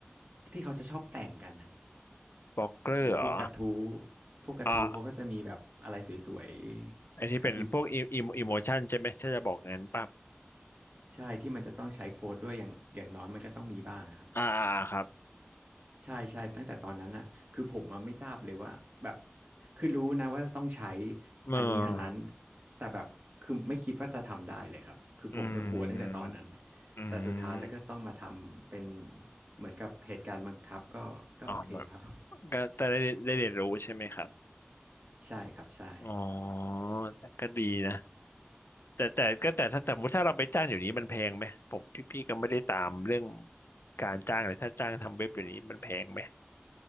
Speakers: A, on the right (about 40°); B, on the left (about 65°).
A: ที่เขาจะชอบแต่งกันน่ะ
B: บล็อกเกอร์เหรอ
A: หรือพวกกระทู้พวกกระทู้เขาก็จะมีแบบอะไรสวยๆกระพริบ
B: อ่ะไอที่เป็นพวกอิมอิโมชันใช่ไหมถ้าจะบอกงั้นปั๊บ
A: ใช่ที่มันจะต้องใช้โค้ดด้วยอย่างอย่างน้อยมันก็ต้องมีบ้างอะครับ
B: อ่าอ่าครับ
A: ใช่ใช่ตั้งแต่ตอนนั้นน่ะคือผมอะไม่ทราบเลยว่าแบบคือรู้นะว่าจะต้องใช้
B: เออ
A: อันนี้อันนั้นแต่แบบคือไม่คิดว่าจะทำได้เลยครับคือผมก็กลัวตั้งแต่ตอนนั้นเลยแต่สุดท้ายแล้วก็ต้องมาทำเป็น
B: อืมอืม
A: เหมือนกับเหตุการณ์บังคับก็ก็โอเคครับ
B: อ๋อแบบก็แต่ได้ได้เรียนรู้ใช่ไหมครับ
A: <laughs> ใช่ครับใช่
B: อ๋อแต่ก็ดีนะ แต่แต่ก็แต่ถ้าแต่สมมติถ้าเราไปจ้างอยู่นี้มันแพงไหมผมพี่พี่ก็ไม่ได้ตามเรื่องการจ้างเลยถ้าจ้างทำเว็บอยู่นี้มันแพงไหม